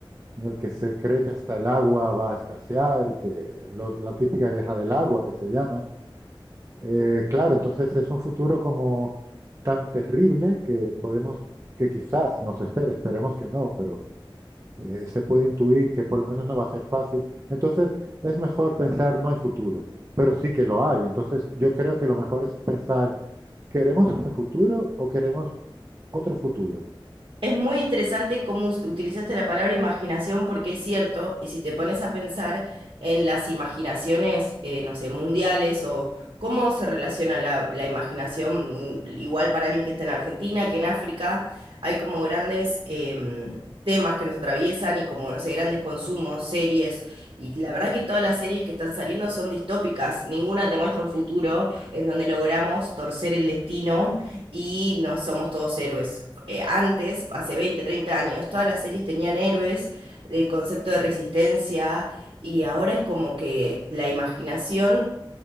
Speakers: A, on the right; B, on the right.
A: en el que se cree que hasta el agua va a escasear, que lo- la típica guerra del agua que se llama. Eh, claro, entonces es un futuro como tan terrible que podemos, que quizás nos espere, esperemos que no, pero eh, se puede intuir que por lo menos no va a ser fácil. Entonces es mejor pensar no hay futuro, pero sí que lo hay. Entonces yo creo que lo mejor es pensar, ¿queremos ese futuro o queremos otro futuro?
B: Es muy interesante cómo us- utilizaste la palabra imaginación porque es cierto, y si te pones a pensar en las imaginaciones, eh, no sé, mundiales o cómo se relaciona la, la imaginación, mm, igual para alguien que está en Argentina que en África, hay como grandes em, temas que nos atraviesan y como, no sé, grandes consumos, series, y la verdad que todas las series que están saliendo son distópicas, ninguna te muestra un futuro en donde logramos torcer el destino y no somos todos héroes eh, antes, hace 20, 30 años, todas las series tenían héroes, el concepto de resistencia, y ahora es como que la imaginación